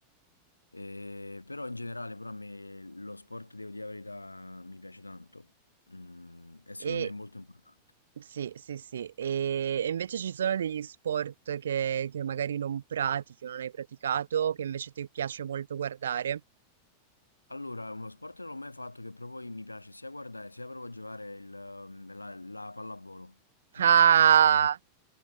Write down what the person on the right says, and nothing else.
E,
Sì, sì, sì. E, e invece ci sono degli sport che, che magari non pratichi o non hai praticato, che invece ti piace molto guardare.
Ah,